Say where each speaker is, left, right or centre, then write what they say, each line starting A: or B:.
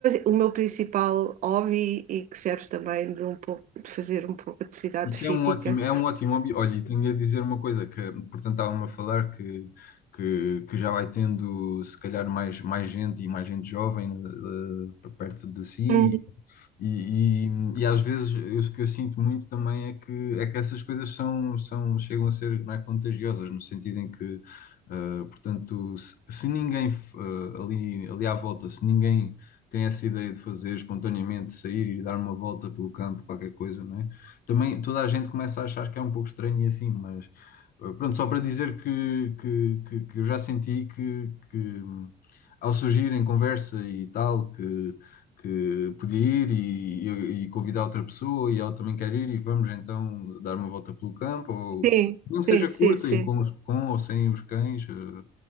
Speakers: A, on the right; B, on the left.
A: o meu principal hobby e que serve também de um pouco de fazer um pouco de atividade
B: E que
A: física.
B: é um ótimo, é um ótimo hobby. Olha, e tenho a dizer uma coisa, que, portanto, estava-me a falar que, que, que já vai tendo, se calhar, mais, mais gente e mais gente jovem eh, perto de si
A: Hum,
B: e, e, e às vezes eu- o que eu sinto muito também é que, é que essas coisas são, são, chegam a ser, não é, contagiosas, no sentido em que, eh, portanto, se, se ninguém, eh, ali, ali à volta, se ninguém tem essa ideia de fazer espontaneamente, sair e dar uma volta pelo campo, qualquer coisa, não é? Também toda a gente começa a achar que é um pouco estranho e assim, mas eh, pronto, só para dizer que, que, que, que eu já senti que, que ao surgir em conversa e tal, que que podia ir e, e, e convidar outra pessoa e ela também quer ir e vamos então dar uma volta pelo campo, ou
A: Sim,
B: não seja
A: sim, sim,
B: curta
A: sim,
B: e com, os- com ou sem os cães, eh,